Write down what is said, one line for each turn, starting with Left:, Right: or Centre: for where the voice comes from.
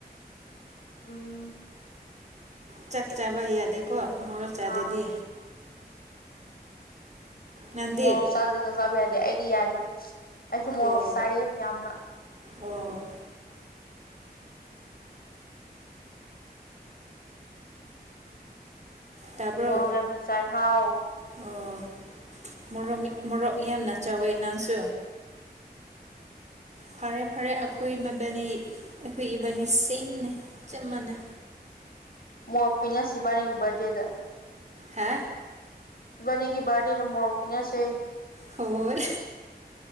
Left: ꯎꯝ
Right: ꯆꯥꯛꯆꯥꯕ ꯌꯥꯗꯦꯀꯣ ꯃ‌ꯣꯔꯣꯛ ꯆꯥꯗꯗꯤ
Left: ꯑꯥ
Right: ꯅꯪꯗꯤ
Left: ꯃꯣꯔꯣꯛ ꯆꯥꯗꯔꯗꯤ ꯆꯥꯛ ꯆꯥꯕ ꯌꯥꯗꯦ ꯑꯩꯗꯤ ꯌꯥꯏ ꯑꯩꯁꯨ ꯃꯣꯔꯣꯛ
Right: ꯑꯣ
Left: ꯆꯥꯏꯌꯦ ꯌꯥꯝꯅ
Right: ꯑꯣ ꯇꯥꯕ꯭ꯔꯣ
Left: ꯃ‌ꯣꯔ‌ꯣꯛ ꯌꯥꯝꯅ ꯆꯥꯏ ꯍꯥꯎ
Right: ꯑꯣ ꯃꯣꯔꯣꯛ ꯃꯤ ꯃꯣꯔꯣꯛ ꯌꯥꯝꯅ ꯆꯥꯎꯋꯦ ꯅꯪꯁꯨ ꯐꯔꯦ ꯐꯔꯦ ꯑꯩꯈꯣꯏ ꯃꯕꯥꯅꯤ ꯑꯩꯈꯣꯏ ꯏꯕꯥꯅꯤ ꯁꯦꯝꯅ‌ꯦ ꯆꯞ ꯃꯥꯅꯥ
Left: ꯃ‌ꯣꯔ‌ꯛ ꯄꯤꯅꯁ‌ꯦ ꯏꯕꯥꯅꯤꯒꯤ ꯕꯥꯔꯗꯦꯗ
Right: ꯍꯥ
Left: ꯏꯕꯥꯅꯤꯒꯤ ꯕꯥꯔꯗ‌ꯦꯗ ꯃ‌ꯣꯔ‌ꯣꯛ ꯄꯤꯅꯁꯦ
Right: ꯍ‌ꯣꯏ